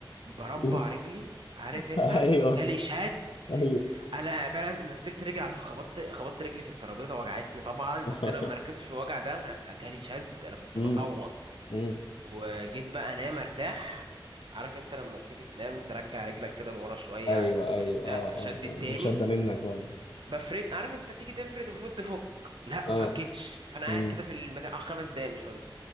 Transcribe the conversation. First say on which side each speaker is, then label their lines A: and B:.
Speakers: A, on the right; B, on the left.
A: بربع
B: اوف
A: رجلي عارف
B: <laughs>
A: انت
B: ايوه
A: جالي شد
B: ايوه
A: انا بل- نزلت رجلي على طول خبطت خبطت رجلي في الترابيزه وجعتني طبعا
B: <laughs>
A: بس انا ما ركزتش في الوجع ده انا جالي شد انا كنت
B: امم
A: بصوت
B: امم
A: وجيت بقى انام ارتاح عارف انت لما تيجي تنام ترجع رجلك كده لورا شويه
B: ايوه
A: عايز تاخد
B: ايوه
A: ده
B: اه
A: شد
B: اه اه
A: التاني
B: مش قد منك بقى
A: بفرد عارف انت تيجي تفرد المفروض تفك لا
B: اه
A: ما فكتش فانا قاعد
B: امم
A: كده في المكان اه خمس دقايق مش راضي